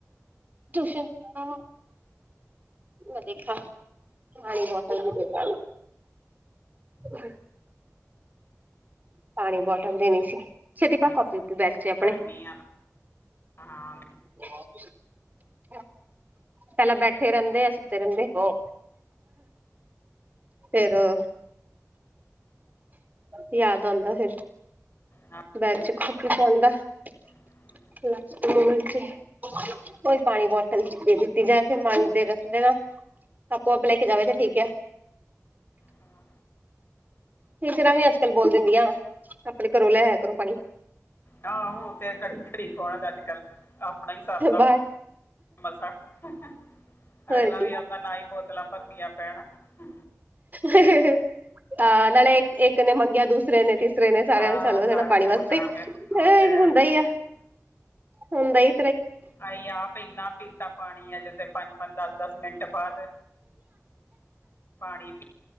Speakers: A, on the right; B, on the left.
A: ਟੂਸ਼ਨ ਅਹ ਮੈਂ ਦੇਖਾਂ ਪਾਣੀ ਬੋਤਲ ਵੀ ਦੇਖ, ਅਹ, ਪਾਣੀ ਬੋਟਲ ਦੇਣੀ ਸੀ, ਛੇਤੀ ਪਾ
B: ਅੱਛਾ
A: ਕੋਪੀ। ਬੈਗ਼ ਚ ਆਪਣੇ
B: ਗਰਮੀ ਆ ਨਾ ਹਾਂ
A: <unintelligible> ਪਹਿਲਾਂ ਬੈਠੇ ਰਹਿੰਦੇ ਆ ਸੁੱਤੇ ਰਹਿੰਦੇ ਔ ਫੇਰ, ਯਾਦ ਸੌਂਦਾ ਫਿਰ,
B: ਹਾਂ
A: ਬੱਚ ਖੋਹ ਕੇ ਸੌਂਦਾ <unintelligible>
B: ਹਾ।
A: <unintelligible> 'ਚ ਕੋਈ ਪਾਣੀ ਬੋਤਲ ਦੇ ਦਿੱਤੀ ਜਾਏ ਫਿਰ ਮੰਗਦੇ ਰਸਤੇ ਨਾ। ਆਪੋ ਆਪ ਲੈ ਕੇ ਜਾਵੇ ਤੇ ਠੀਕ ਐ।
B: ਹਾਂ।
A: ਟੀਚਰਾਂ ਵੀ ਅੱਜ ਕੱਲ ਬੋਲ ਦਿੰਦੀਆਂ, ਆਪਣੇ ਘਰੋਂ ਲੈ ਆਇਆ ਕਰੋ ਪਾਣੀ।
B: ਹਾਂ, ਉਹ ਤੇ ਘੜੀ-ਘੜੀ ਕੌਣ ਅੱਜ ਕੱਲ, ਆਪਣਾ ਹੀ ਸਰਦਾ
A: ਬਾਹਰ
B: ਮਸਾਂ। ਹਾ-ਹਾ,
A: ਹੋਰ
B: ਅਗਲਾ
A: ਕੀ
B: ਵੀ ਆਦਾ ਨਾ ਹੀ ਬੋਤਲਾਂ ਭਰਨੀਆਂ ਪੈਣ ਹਾ-ਹਾ,
A: ਹ-ਹ-ਹ। ਆਹ ਨਾਲੇ ਇੱਕ ਇੱਕ ਨੇ ਮੰਗਿਆ, ਦੂਸਰੇ ਨੇ, ਤੀਸਰੇ ਨੇ, ਸਾਰਿਆਂ
B: ਆ
A: ਨੇ ਚਾਲੂ ਹੋ ਜਾਣਾ
B: ਸਾਰਿਆਂ
A: ਪਾਣੀ
B: ਨੇ
A: ਵਾਸਤੇ।
B: ਮੰਗਣਾ ਫਿਰ
A: <unintelligible>
B: ਉਹ ਤੇ ਹੈ।
A: ਹੁੰਦਾ ਈ ਆ।
B: <inaudible>
A: ਹੁੰਦਾ ਈ
B: ਅਹੀ ਆਪ ਇੰਨਾ ਪੀਤਾ ਪਾਣੀ ਅਜਿਹੇ ਤੇ ਪੰ ਪੰਜ ਦੱਸ-ਦੱਸ ਮਿੰਟ ਬਾਦ ਪਾਣੀ ਪੀ